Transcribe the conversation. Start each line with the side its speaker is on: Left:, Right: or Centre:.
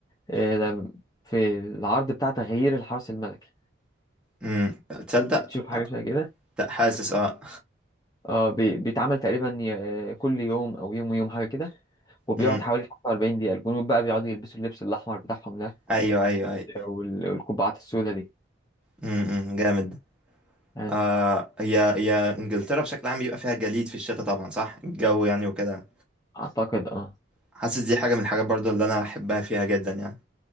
Left: آه، لم- في العرض بتاع تغيير الحرس الملكي
Centre: امم تصدق
Left: بتشوف حاجه شبه كده
Centre: ت- حاسس اه
Left: اه بي- بيتعمل تقريبا ي- آه، كل يوم او يوم ويوم حاجه كده وبيقعد
Centre: امم
Left: حوالي 45 دقيقة الجنود بقى بيقعدوا يلبسوا اللبس الأحمر بتاعهم ده
Centre: ايوه ايوه ايوه
Left: وال- والقبعات السوداء دي
Centre: امم امم. جامد
Left: يعني
Centre: آه هي هي انجلترا بشكل عام بيبقى فيها جليد في الشتاء طبعا صح الجو يعني وكده
Left: أعتقد اه
Centre: حاسس دي حاجة من الحاجات برضو اللي انا احبها فيها جدا يعني